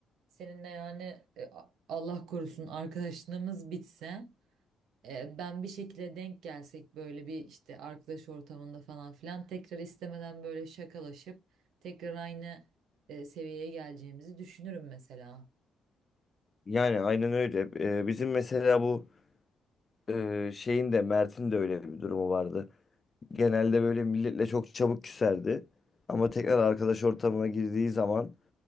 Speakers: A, on the right; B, on the left.
A: seninle yani e, Allah korusun arkadaşlığımız bitse e, ben bir şekilde denk gelsek böyle bir işte arkadaş ortamında falan filan tekrar istemeden böyle şakalaşıp tekrar aynı e, seviyeye geleceğimizi düşünürüm mesela.
B: Yani aynen öyle. Ee, bizim mesela bu e, şeyin de Mert'in de öyle bir durumu vardı. Genelde böyle milletle çok çabuk küserdi. Ama tekrar arkadaş ortamına girdiği zaman